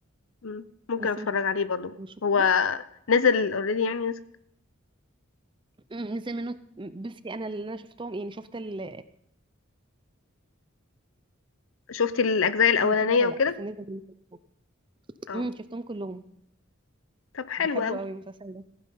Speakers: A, on the left; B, on the right.
A: مم، ممكن
B: لسه
A: اتفرج
B: مش
A: عليه برضو
B: مش شفتوه
A: هو نزل اوريدي يعني نزل
B: مم، نزل منه بصي أنا اللي أنا شفتهم يعني شفت ال
A: شفتي الاجزاء الاولانيه
B: من كده ولا
A: وكده
B: لا بس نزل منه <laughs>
A: اه
B: مم، شفتهم كلهم
A: طب حلو
B: بحبه
A: قوي
B: قوي المسلسل ده